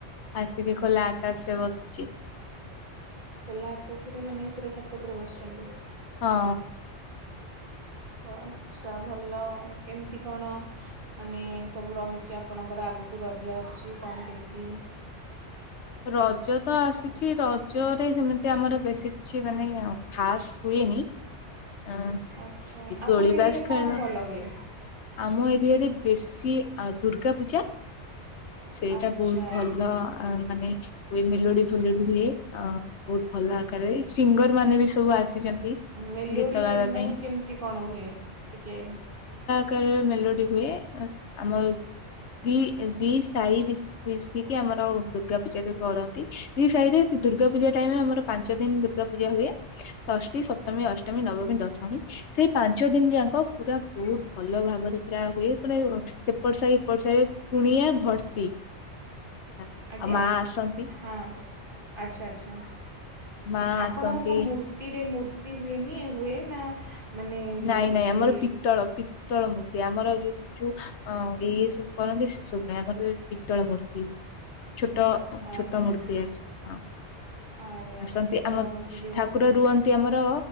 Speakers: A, on the left (about 75°); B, on the right (about 50°).
A: ଆସିକି ଖୋଲା ଆକାଶରେ ବସିଛି।
B: ଖୋଲା ଆକାଶରେ ମାନେ ପୁରା ଛାତ ଉପରେ ବସିଛନ୍ତି।
A: ହଁ।
B: ଆଚ୍ଛା ଭଲ କେମିତି କଣ ମାନେ ସବୁ ରହିଛି ଆପଣଙ୍କର ଆଗକୁ ରଜ ଆସୁଛି କଣ କେମିତି?
A: ରଜ ତ ଆସିଛି ରଜରେ ସେମିତି ଆମର ବେଶୀ କିଛି ମାନେ ଖାସ ହୁଏନି। ଅ
B: ଆଚ୍ଛା ଆପଣଙ୍କ
A: ଦୋଳିିବାସ
B: ଏରିଆରେ କଣ ଭଲ ହୁଏ?
A: ଆମ ଏରିଆରେ ବେଶୀ ଅ ଦୁର୍ଗା ପୂଜା। ସେଇଟା
B: ଆଚ୍ଛା।
A: ବହୁତ ଭଲ। ଅ ମାନେ ହୁଏ ମେଲୋଡି ଫେଲୋଡି ହୁଏ ଅ ବହୁତ ଭଲ ଆକାରରେ ସିଙ୍ଗର ମାନେ ବି ସବୁ ଆସିଛନ୍ତି।
B: ମେଲୋଡ଼ି
A: ଗୀତ ଗାଇବା ପାଇଁ
B: ମାନେ କେମିତି କଣ ହୁଏ ଟିକେ
A: କାର ମେଲୋଡି ହୁଏ ଆମ ଦି ଦି ସାହି ମିଶିକି ଆମର ଦୁର୍ଗା ପୂଜାରେ କରନ୍ତି ଦି ସାହିରେ ସେ ଦୁର୍ଗା ପୂଜା ଟାଇମ୍ ରେ ଆମର ପାଞ୍ଚ ଦିନ ଦୁର୍ଗା ପୂଜା ହୁଏ ଷଷ୍ଠୀ ସପ୍ତମୀ ଅ ଅଷ୍ଟମୀ ନବମୀ ଦଶମୀ ସେଇ ପାଞ୍ଚ ଦିନ ଯାକ ପୁରା ବହୁତ ଭଲ ଭାବରେ ପୁରା ହୁଏ ମାନେ ସେପଟ ସାହି ଏପଟ ସାହି କୁଣିଆ ଭର୍ତ୍ତି ଆଉ
B: ଆଜ୍ଞା
A: ମା ଆସନ୍ତି
B: ହଁ ଆଚ୍ଛା ଆଚ୍ଛା
A: ମା
B: ଆପଣଙ୍କର
A: ଆସନ୍ତି
B: କଣ ମୂର୍ତ୍ତିରେ ମୂର ତି ହୁଏନି ହୁଏ ନା ମାନେ ଯେଉଁ
A: ନାଇଁ
B: ହେଉଛି
A: ନାଇଁ ଆମର ପିତ୍ତଳ ପି ପିତ୍ତଳ ମୂର୍ତ୍ତି ଆମର ଯୋଉ ଯୋଉ ଏ ସବୁ କରନ୍ତି ସେ ସବୁ ନାହିଁ ଆମର ପିତ୍ତଳ ମୂର୍ତ୍ତି ଛୋଟ ଛୋଟ
B: ଆରେ
A: ମୂର୍ତ୍ତି ଅଛି ହଁ
B: ଆରେ ଆରେ
A: ଆସନ୍ତି
B: ପିତ୍ତଳ
A: ଆମ
B: ମୂର୍ତ୍ତି ଯେଉଁ
A: ଠାକୁର ରୁହନ୍ତି ଆମର